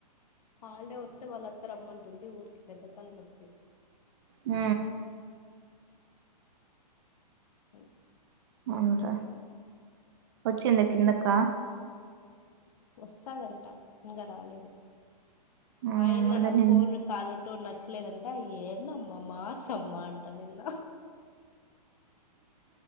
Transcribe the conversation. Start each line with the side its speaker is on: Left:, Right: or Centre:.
Left: హాలిడే వత్తే వాళ్ళత్త రమ్మంటుంది ఊరికి పెద్ద తల నొప్పి
Right: ఊ
Left: అ
Right: మన్రా వచ్చిందా కిందక
Left: వస్తాదంట ఇంకా రాలేదు
Right: ఆ
Left: మా ఆయన
Right: అదే
Left: నా
Right: నిన్
Left: ఫోన్ కాలర్ టోన్ నచ్చలేదంట ఏందమ్మా మార్సమ్మ అంట నిన్న